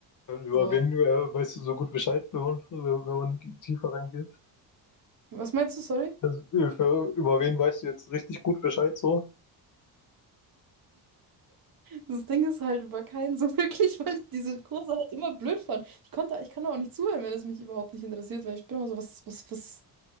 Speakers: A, on the left; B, on the right.
A: Über
B: So,
A: wen äh, weißt du so gut Bescheid, wenn man, wenn man tiefer reingeht?
B: was meinst du, sorry?
A: Also, äh, für, über wen weißt du jetzt richtig gut Bescheid so?
B: Das Ding ist halt war kein so <laughs> wirklich, weil ich diese Kurse halt immer blöd fand. Ich konnte, ich kann auch nicht zuhören, wenn es mich überhaupt nicht interessiert, weil ich bin immer so, was, was, was,